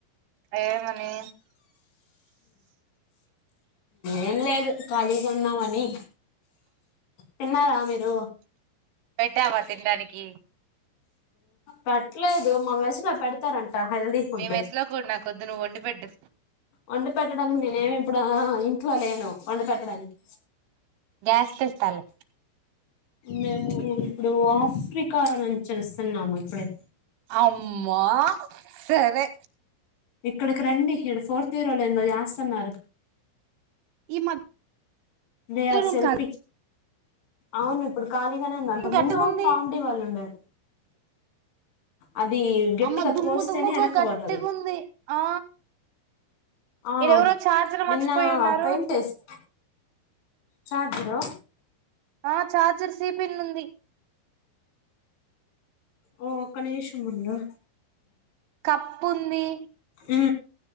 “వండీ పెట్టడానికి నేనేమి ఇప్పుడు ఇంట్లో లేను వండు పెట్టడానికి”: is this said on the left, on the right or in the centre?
Left